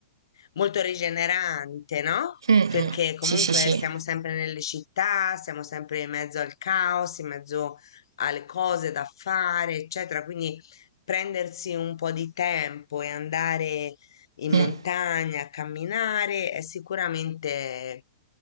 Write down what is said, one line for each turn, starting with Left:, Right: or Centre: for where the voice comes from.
Left: molto rigenerante, no?
Right: Mm,
Left: Perché
Right: mm.
Left: comunque
Right: Sì, sì, sì.
Left: stiamo sempre nelle città, siamo sempre in mezzo al caos, in mezzo alle cose da fare, eccetera, quindi prendersi un po' di tempo e andare in montagna,
Right: Mm.
Left: a camminare, è sicuramente